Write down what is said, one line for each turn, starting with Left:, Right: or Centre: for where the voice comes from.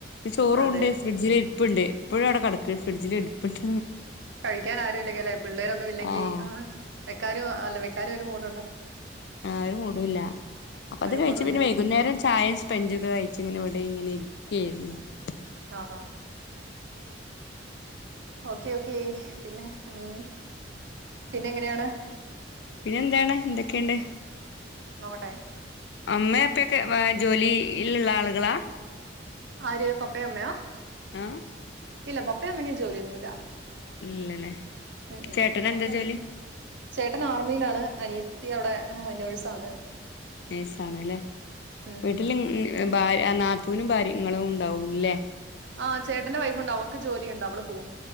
Left: ചോറു
Right: അതെ
Left: ഉണ്ടേ ഫ്രീഡ്ജില് ഇപ്പുണ്ട് എപ്പോഴും അവിടെ കിടക്കുവാ ഫ്രിഡ്ജിൽ എടുപ്പുണ്ട്
Right: കഴിക്കൻ ആരു ഇല്ലെങ്കിൽ അല്ലെ പിള്ളേരൊന്നും ഇല്ലെങ്കി
Left: ആഹ്
Right: വെക്കാനും അല്ല വെക്കാനും ഒരു മൂഡ് ഉണ്ടാ
Left: ആ ഒരു മൂഡുമില്ല അപ്പൊ
Right: ഒരു
Left: അത് കഴിച്ച
Right: മൂടുല്ല
Left: പിന്നെ വൈകുന്നേരം ചായയും സ്പഞ്ചും ഒക്കെ കഴിച്ച് ഇങ്ങനെ ഇവിടെ ഇങ്ങനെ ഇരി <unintelligible>
Right: ആഹാ ഓക്കെ ഓക്കേ പിന്നെ ഉം പിന്നെ എങ്ങനെയാണ്?
Left: പിന്നെ എന്താണ് എന്തോ ക്കെയുണ്ട്
Right: നോക്കട്ടെ.
Left: അമ്മ അപ്പൊക്കെ ജോലിയിലുള്ള ആളുകളാ?
Right: ആര് പപ്പയമ്മയാ?
Left: ആഹ്
Right: ഇല്ല പപ്പേ അമ്മെക്കും ജോലിയൊന്നുമില്ല.
Left: ഇല്ലല്ലേ
Right: ഉം
Left: ചേട്ടന്
Right: ഉം
Left: എന്താ
Right: അപ്പെ
Left: ജോലി
Right: ചേട്ടൻ ആർമിയിലാണ് അനിയ ത്തി അവിടെ നേഴ്സാണ്.
Left: നേഴ്സാണ്ല്ലേ
Right: ഉം
Left: വീട്ടില് ഭാര് നാത്തുനും ഭാര്യങ്ങളും ഉണ്ടാവുള്ളല്ലേ?
Right: ആഹ് ചേട്ടന്റെ വൈഫുണ്ട് അവക്ക് ജോലിയു അവള് പോവും